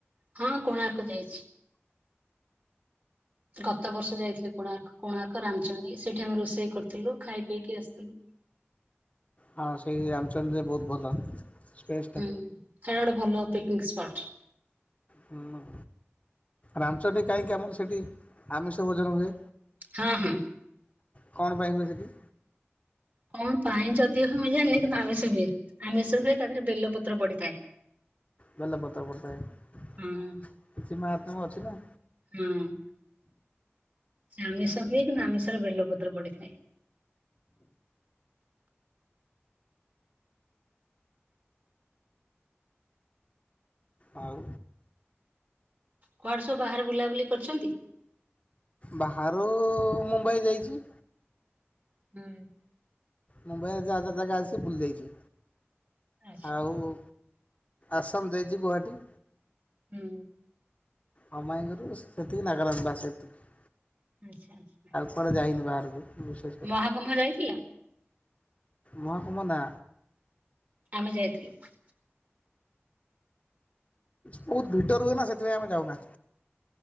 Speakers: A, on the right; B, on the left.
A: ହଁ କୋଣାର୍କ ଯାଇଛି। ଗତ ବର୍ଷ ଯାଇଥିଲି କୋଣାର୍କ କୋଣାର୍କ ରାମଚଣ୍ଡୀ ସେଇଠି ଆମେ ରୋଷେଇ କରିୁଥିଲୁ ଖାଇ ପିଇକି ଆସିଥିଲୁ।
B: ହଉ ସେଇ ରାମଚଣ୍ଡିରେ ବହୁତୁ ଭଲ। ସ୍ପେସ୍ଟା।
A: ହୁଁ ସେଇଟା ଗୋଟେ ଭଲ ପିକିନିକ୍ ସ୍ପଟ।
B: ହୁଁ ମ। ରାମଚଣ୍ଡି କାହିଁକି ଆମର ସେଠି ଆମିଷ ଭୋଜନ ହୁଏ।
A: ହୁଁ ହୁଁ।
B: କଣ ପାଇଁ ହୁଏ ସେଠି?
A: କଣ ପାଇଁ ଯଦି ହୁଏ ଜାନିନୀ କିନ୍ତୁ ଆମିଷ ହୁଏ। ଆମିଷ ହୁଏ ତା ଦେହରେ ବେଲପତ୍ର ପଡିଥାଏ। <inaudible>
B: ବେଲ ପତ୍ର ପଡ଼ିଥାଏ
A: ହୁଁ
B: କିଛି ମହାତ୍ମ୍ୟ ଅଛି ନା।
A: ହୁଁ। ସେ ଆମିଷ ହୁଏ କିନ୍ତୁ ଆମିଷରେ ବେଲପତ୍ର ବଢିଥାଏ।
B: ଆଉ
A: କୁଆଡ଼େ ସବୁ ବାହାରେ ବୁଲାବୁଲି କରିଛନ୍ତି।
B: ବାହାରୁ ମୁମ୍ବାଇ ଯାଇଛି।
A: ହୁଁ।
B: ମୁମ୍ବାଇରେ ଯା ଯା ଯାଗା ଆସି ବୁଲି ଦେଇଛି
A: ଆଚ୍ଛା
B: ଆଉ। ଆସାମ ଯାଇଛି ଗୌହାଟୀ।
A: ହୁଁ।
B: ହଁମାଇଁଙ୍କ ରୁ ସେତିକି ନାଗାଲାଣ୍ଡ ବାସ ସେତିକି।
A: ଆଚ୍ଛା ଆଚ୍ଛା।
B: କୁଆରେ ଯାଇନି ବାହାରକୁ। ବିଶେଷ କରି।
A: ମହାକୁୁମ୍ଭ ଯାଇଥିଲ।
B: ମହାକୁମ ନା।
A: ଆମେ ଯାଇଥିଲୁ।
B: ବହୁତୁ ଭିଡ଼ ରୁହେନା ସେଥିପାଇଁ ଆମେ ଯାଉନା।